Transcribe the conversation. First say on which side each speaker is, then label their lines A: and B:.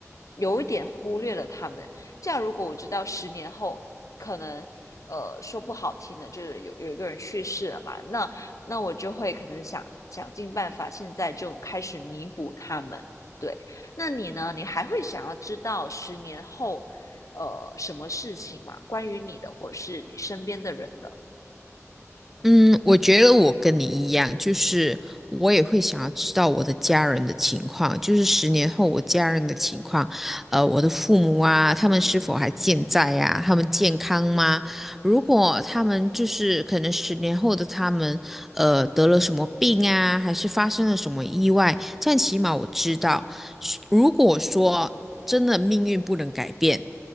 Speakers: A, on the left; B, in the centre.
A: 有一点忽略了他们。这样如果我知道十年后可能。呃，说不好听的，就是有有一个人去世了嘛，那那我就会可能想想尽办法，现在就开始弥补他们。对，那你呢？你还会想要知道十年后，呃，什么事情吗？关于你的，或是你身边的人的？
B: 嗯，我觉得我跟你一样，就是我也会想要知道我的家人的情况，就是十年后我家人的情况，呃，我的父母啊，他们是否还健在呀、他们健康吗？如果他们就是可能十年后的他们，呃，得了什么病啊，还是发生了什么意外，这样起码我知道。是如果说真的命运不能改变，